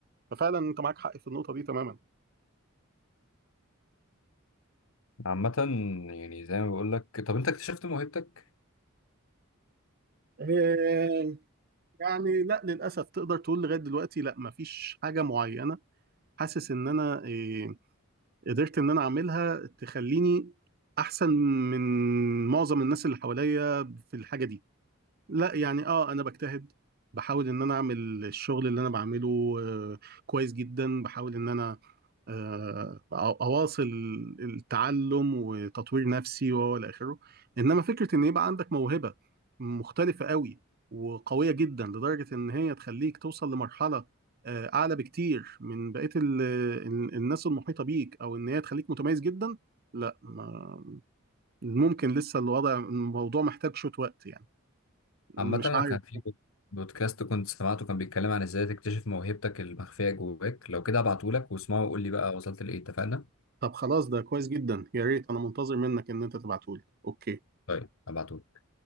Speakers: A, on the right; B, on the left.
A: ففعلا انت معاك حق في النقطه دي تماما
B: عامة يعني زي ما بقول لك طب انت اكتشفت موهبتك
A: آه، يعني لا للاسف تقدر تقول لغايه دلوقتي لا مفيش حاجه معينه حاسس ان انا آه، قدرت ان انا اعملها تخليني احسن من معظم الناس اللي حواليا في الحاجه دي لا يعني اه انا بجتهد بحاول ان انا اعمل الشغل اللي انا بعمله آه، كويس جدا بحاول ان انا آه، أو- اواصل التعلم وتطوير نفسي وهو الى اخره انما فكره ان يبقى عندك موهبه مختلفه قوي وقويه جدا لدرجه ان هي تخليك توصل لمرحله آه، اعلى بكتير من بقيه ال- ال- الناس المحيطه بيك او ان هي تخليك متميز جدا لا ما- ممكن لسه الوضع الموضوع محتاج شويه وقت يعني مش
B: عامة أنا
A: عارف
B: كان في بود- بودكاست كنت سمعته كان بيتكلم عن إزاي تكتشف موهبتك المخفية جواك لو كده أبعتهولك واسمعه وقول لي بقى وصلت لإيه اتفقنا؟
A: طب خلاص ده كويس جدا يا ريت انا منتظر منك ان انت تبعتهولي اوكي
B: طيب أبعتهولك